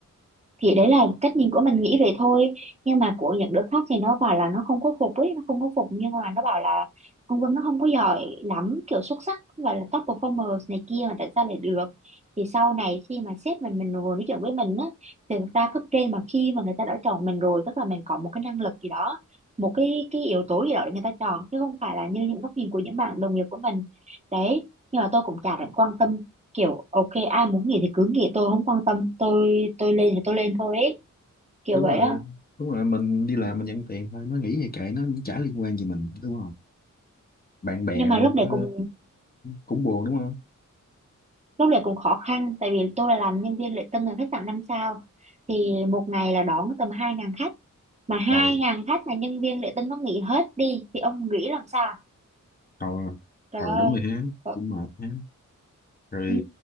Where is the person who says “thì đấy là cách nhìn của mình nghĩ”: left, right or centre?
Right